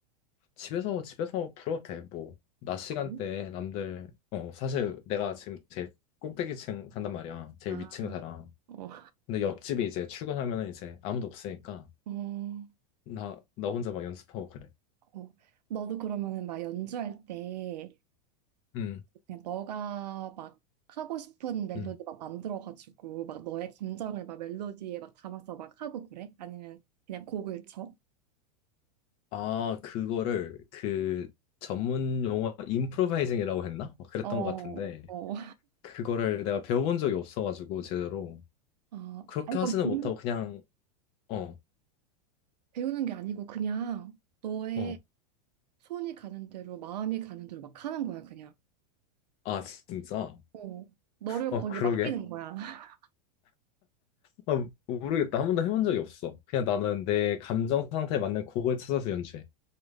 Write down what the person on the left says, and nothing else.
집에서 집에서 불어도 돼. 뭐 낮 시간대
남들 어 사실 내가 지금 제일 꼭대기층 산단 말이야. 제일
위층 살아.
근데 옆집이 이제 출근하면은 이제 아무도 없으니까
나 나 혼자 막 연습하고 그래.
음.
음.
아, 그거를 그 전문 용어 임프로바이징이라고 했나? 막 그랬던
것 같은데
그거를 내가 배워본 적이 없어가지고 제대로
그렇게
하지는
못하고 그냥 어,
어,
아 진짜?
어
그러게?
아 모르겠다 한 번도 해본 적이 없어 그냥 나는 내 감정 상태에 맞는 곡을 찾아서 연주해